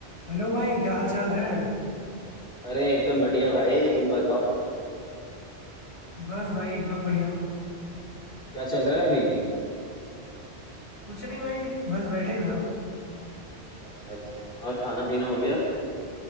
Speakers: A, on the left; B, on the left.
A: Hello भाई क्या हाल चाल है
B: अरे एकदम बढ़िया भाई तुम बताओ
A: बस भाई एकदम बढ़िया
B: क्या चल रहा है अभी
A: कुछ नहीं भाई बस बैठे ही था
B: अच्छा अच्छा और खाना पीना हो गया